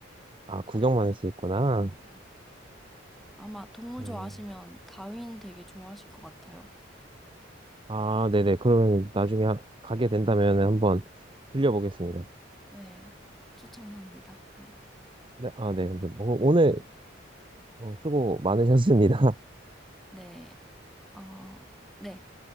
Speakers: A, on the right (about 25°); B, in the centre.
A: 아, 구경만 할 수 있구나.
B: 네. 아마 동물
A: 어,
B: 좋아하시면 다윈 되게 좋아하실 것 같아요.
A: 아, 네네. 그러면 나중에 하- 가게 된다면 한번 들려보겠습니다.
B: 네. 추천합니다. 네.
A: 네, 아, 네. 감사합니다. 오- 오늘 어, 수고 많으셨습니다. <laughs>
B: 네. 어, 네.